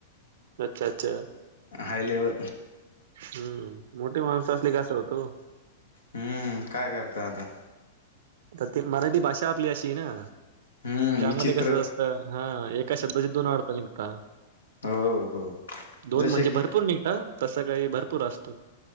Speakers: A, on the right (about 65°); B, on the left (about 80°).
A: अच्छा, अच्छा
B: हाय लेवल
A: हम्म मोठी माणस असलेका असं होतो.
B: अम्म काय करता आता?
A: तर ते मराठी भाषा आपली अशी आय ना
B: हम्म
A: त्यामध्ये
B: विचित्र
A: कस असतं हा एका शब्दाचे दोन अडत निघता.
B: हो हो
A: दोन
B: जसे
A: म्हणजे
B: की
A: भरपूर निघता तसं काही भरपूर असतात.